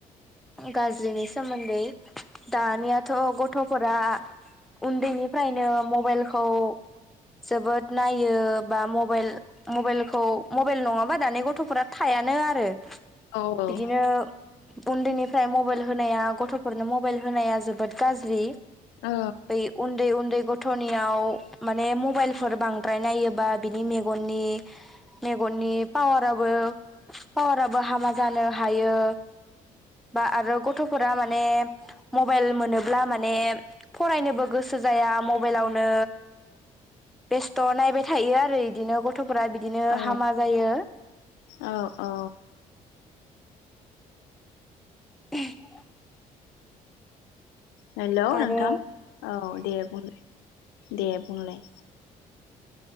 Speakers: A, in the centre; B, on the left.
A: गाज्रिनि सोमोन्दै दानियाथ गथ'फोरा उन्दैनिफ्रायनो मबायलखौ जोबोद नायो बा मबायल-मबायलखौ-मबायल नंङाबा दानि गथ'फोरा थायानो आरो।
B: औ औ
A: बिदिनो उन्दैनिफ्राय मबायल होनाया गथ'फोरनो मबायल होनाया जोबोद गाज्रि।
B: औ
A: बै उन्दै उन्दै ग थ'नियाव माने मबायल फोर बांद्राय नायोबा बिनि मेगननि-मेगननि पावाराबो-पावाराबो हामा जानो हायो बा आरो गथ'फोरा मा माने मबायल मोनोब्ला माने फरायनोबो गोसो जाया मबायलावनो बेस्थ नायबाय थायो आरो इदिनो गथ' फोरा बिदिनो
B: औ
A: हामा जायो।
B: औ औ
A: <unintelligible>
B: हेलौ
A: आरो
B: नोंथां औ दे बुं दे बुंलाय